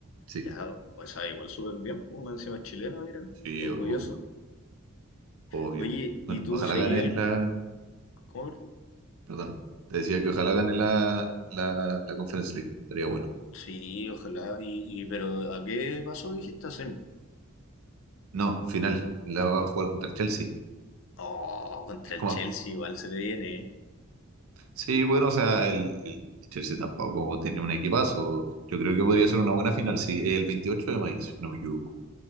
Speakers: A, on the right (about 80°); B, on the left (about 65°).
A: Sí,
B: Ya, o sea, igual súper bien, pues, más encima es chileno, mira,
A: sí,
B: orgulloso.
A: o- obvio, obvio.
B: Oye, ¿y
A: Bueno,
B: tú
A: ojalá
B: seguías
A: gane
B: el...
A: la,
B: ¿Cómo, perdón?
A: Perdón. Te decía que ojalá gane la, la, la Conference League. Estaría bueno.
B: Sí, ojalá. Y, y, pero ¿a qué pasó, dijiste, a semi?
A: No, final. La va a jugar contra el Chelsea.
B: Oh, contra
A: Es
B: el
A: como.
B: Chelsea igual se le viene, ¿eh?
A: Sí, bueno, o sea, el, el- el Chelsea tampoco tiene un equipazo. Yo creo que podría ser una buena final, sí. El 28 de mayo, si no me equivoco.